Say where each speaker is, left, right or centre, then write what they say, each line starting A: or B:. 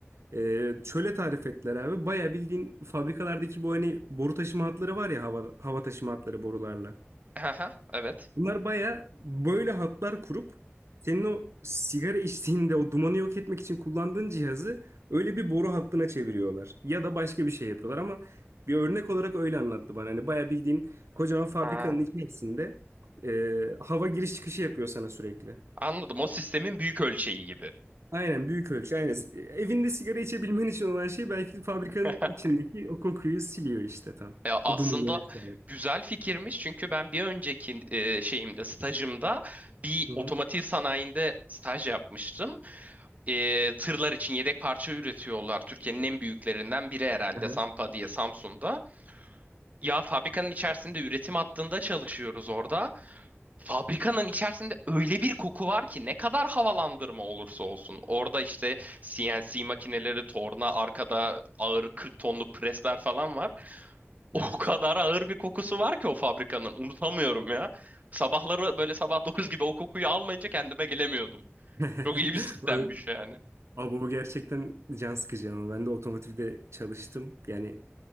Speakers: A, on the right (about 75°); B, on the right (about 35°).
A: E, şöyle tarif ettiler abi. Baya bildiğin fabrikalardaki bu hani boru taşıma hatları var ya hava, hava taşıma hatları borularla.
B: Hı hı, Evet.
A: Bunlar baya böyle hatlar kurup senin o sigara içtiğinde o dumanı yok etmek için kullandığın cihazı öyle bir boru hattına çeviriyorlar. Ya da başka bir şey yapıyorlar ama bir örnek olarak öyle anlattı bana. Hani baya bildiğin kocaman fabrikanın
B: Ha.
A: içerisinde e, hava giriş çıkışı yapıyor sana sürekli.
B: Anladım o sistemin büyük ölçeği gibi.
A: Aynen büyük ölçü aynen. E, Evinde sigara içebilmen için olan şey belki de fabrikanın
B: <laughs>
A: içindeki o kokuyu siliyor işte tam.
B: Ya aslında
A: O dumanı vesaire.
B: güzel fikirmiş çünkü ben bir önceki e, şeyimde stajımda bir
A: Hı hı.
B: otomotiv sanayinde staj yapmıştım. E, tırlar için yedek parça üretiyorlar. Türkiye'nin en büyüklerinden biri herhalde
A: Aha,
B: Sampa diye Samsun'da. Ya fabrikanın içerisinde üretim hattında çalışıyoruz orada. Fabrikanın içerisinde öyle bir koku var ki ne kadar havalandırma olursa olsun. Orada işte CNC makineleri, torna, arkada ağır 40 tonluk presler falan var. <laughs>
A: Evet.
B: O kadar ağır bir kokusu var ki o fabrikanın. Unutamıyorum ya. Sabahları böyle sabah 9 gibi o kokuyu almayınca kendime gelemiyordum.
A: <laughs>
B: Çok iyi bir sistemmiş
A: Böyle
B: yani.
A: Abi o gerçekten can sıkıcı ama ben de otomotivde çalıştım. Yani